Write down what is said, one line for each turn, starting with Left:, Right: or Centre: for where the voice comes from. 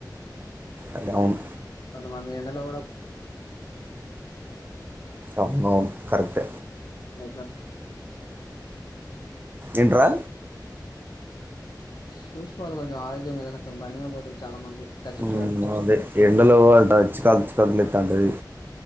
Right: అది అవును
Left: కొంతమంది ఎండలో కూడా
Right: అవును అవును కరెక్ట్
Left: అఓ
Right: ఏంట్రా
Left: చూసుకోవాలి కొంచెం ఆరోగ్యం మీద కొంచెం బండిమీద పోతుంరు చాలా మంది కచిప్స్
Right: ఉమ్,
Left: కట్ట
Right: అదే ఎండలో పోవాలా చిరాకు చికాకు లేస్తుంది తాండది